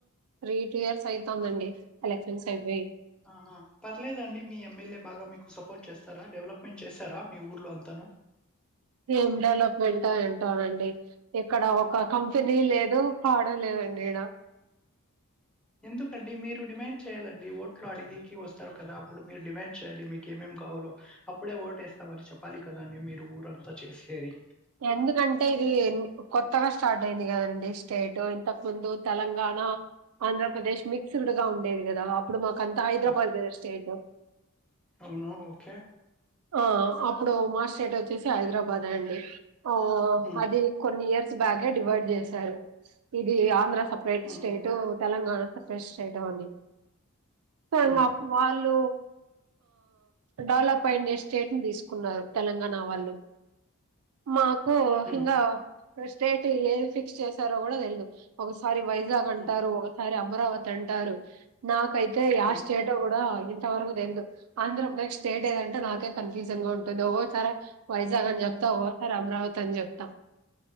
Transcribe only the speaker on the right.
three two years అయితుందండి ఎలక్షన్స్ అయిపోయి
ఏం డెవలప్మెంటో ఏంటోనండి ఎప్ ఇక్కడ ఒక కంపెనీ లేదు పాడ్ ఎండ లేదండి ఇడా
ఎందుకంటే ఇది కొత్తగా స్టా స్టార్ట్ అయింది కదాండి స్టేట్ ఇంతకు ముందు తలంగాణ ఆంధ్రప్రదేశ్ మిక్స్డ్ గా ఉండేది కదా ఇప్పుడు మాకు అంతా హైదరాబాద్
కదా స్టేట్
ఆ అప్పుడు మా స్టేట్ వచ్చేసి హైదరాబాద్ అండి ఓ
అది కొన్ని ఇయర్ బ్యాగ డివైడ్ చేశారు ఇది ఆంధ్ర సపరేట్
స్టేట్ తెలంగాణ సపరేట్ స్టేట్ అని సంగాప్పవల్
డెవలప్ అయ్యిండె స్టేట్ ని తీసుకున్నారు తెలంగాణ వాళ్ళు మాక్ ఓ
హింగా స్టేట్ ఏది ఫిక్స్ చేసారో కూడా తెల్దు ఒక సా సారి వైజాగ్ అంటారు
ఒకసారి అప్ అమరావతి అంటారు నాకు అయితే యాస్
చేటో కూడా ఇంత వరకు తెల్దు ఆంధ్రప్రదేశ్ స్టేట్ ఏదంటె నాకే కన్ఫ్యూజన్ గా ఉంటుంది ఒకోసారి అ వైజాగ్ అని చెప్తా ఓ రామరావతి అని చెప్తాం